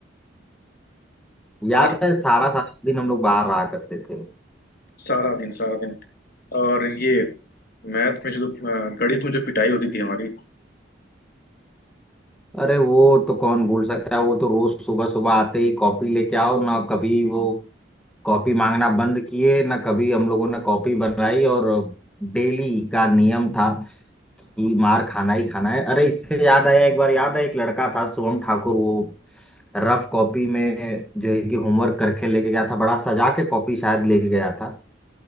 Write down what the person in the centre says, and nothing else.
याद
है सारा सारा दिन हम लोग बाहर रहा करते थे
अरे वो तो कौन भूल सकता है वो तो रोज सुबह सुबह आते ही कॉपी लेके आओ ना कभी वो कॉपी मांगना बंद किए ना कभी हम लोगों ने कॉपी बनाई और डेली का नियम था कि मार खाना ही खाना है अरे इससे याद आया एक बार याद है एक लड़का था शुभम ठाकुर वो रफ कॉपी में जो है कि होमवर्क करके लेके गया था बड़ा सजा के कॉपी शायद लेके गया था